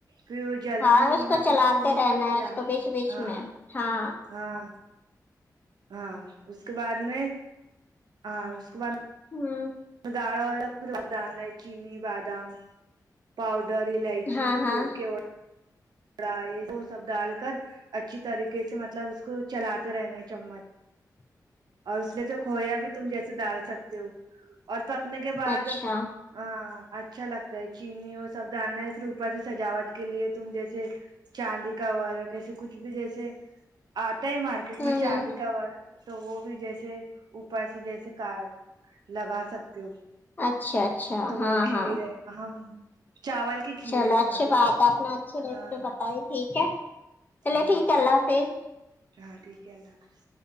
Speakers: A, on the right; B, on the left.
A: پھر وہ جلتی
B: ہاں
A: نہیں
B: کو
A: نا
B: چلاتے
A: تو اس کے اس
B: رہنا
A: کے لیے
B: ہے
A: لانا
B: کو بیچ
A: پڑ گا
B: بیچ
A: ہاں
B: میں ہاں
A: ہاں ہاں اس کے بعد میں ہاں اس کو بعد
B: ہوں
A: گاڑا ہویگا ہے پھر چینی بادام پؤڈر الائچی
B: ہاں ہاں
A: کیوڑا کیوڑا یہ وہ سب ڈال کر اچھی طریقے سے مطلب اس کو چلاتے رہنا ہے چمچ
B: ناقابل سماعت
A: اور اس میں تو کھویا بھی تم جیسے ڈال سکتے ہو اور پکنے کے بعد
B: اچھا
A: ہاں اچھا لگتا ہے چینی وہ سب ڈالانا ہے اس اوپر سے سجاوٹ کے لیے تم جیسے ج چاندی کا وارخ کیسے کچھ بھی جیسے آتا ہے مارکیٹ
B: ہوں
A: مارکیٹ میں چاندی
B: ہوں
A: کا وارخ تو وہ بھی جیسے اوپر سے جیسے ک لگا سکتے ہو
B: اچھا اچھا
A: تو وہ
B: ہاں
A: کھیر
B: ہاں
A: ہے ہم چاول کی کھیر
B: چلو
A: ہے سمجھ
B: اچھی
A: لو
B: بات ہے اپنا اچھے ڈریس
A: ہاں
B: پہ بتائی ٹھیک ہے چلو
A: ہاں
B: ٹھیک ہے اللہ حافظ
A: ہاں ٹھیک ہے اللہ حافظ